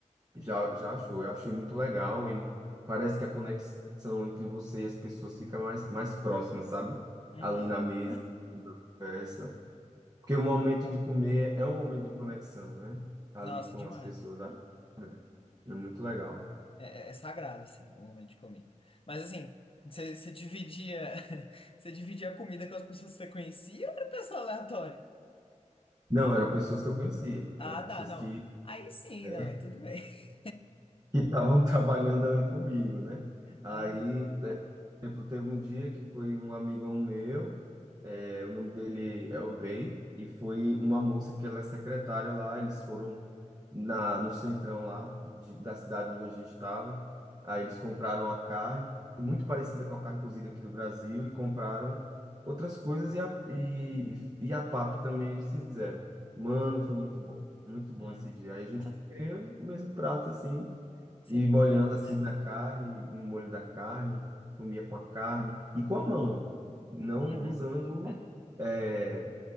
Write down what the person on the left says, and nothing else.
Uhum.
Nossa,
demais.
É, é- é sagrado, assim, o momento de comida. Mas assim, você você dividia, <laughs> você dividia a comida com as pessoas que você conhecia ou era pessoa aleatória?
Ah,
tá, não.
Aí sim,
não, aí tudo bem. <laughs>
Ah, não.
Ah,
sim.
Uhum.